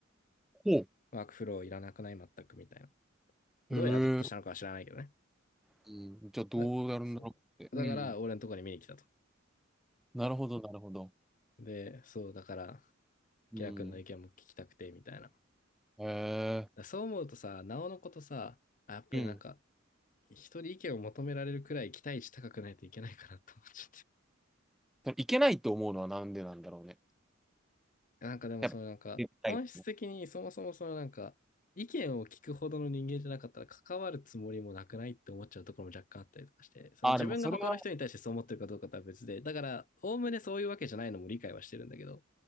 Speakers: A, in the centre; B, on the left.
A: ほ
B: ワークフローいらなくない全くみたいな。どうやってアドプトしたのかは知らないけどね。
A: う。へえ。うん。じゃあどうなるんだろうって。
B: なそう。
A: うん。
B: だから、俺のとこに見に来たと。
A: なるほど、なるほど。
B: で、そう、だから、
A: うん。
B: ケラ君の意見も聞きたくて、みたいな。だ
A: へえ。
B: そう思うとさ、なおのことさ、あ、やっぱりなんか、
A: うん。
B: 人に意見を求められるくらい期待値高くないといけないかなと思っちゃって。
A: でもいけないと思うのはなんでなんだろうね。
B: <laughs> なんかでも、
A: やっぱ、
B: そのなんか、
A: 絶対。
B: 本質的にそもそもそのなんか、意見を聞くほどの人間じゃなかったら関わるつもりもなくないって思っちゃうところも若干あったりとかして、その自分が他の人に対してそう思ってるかどうかとは別で、
A: ああ、でもそれは、
B: だから、おおむねそういうわけじゃないのも理解はしてるんだけど、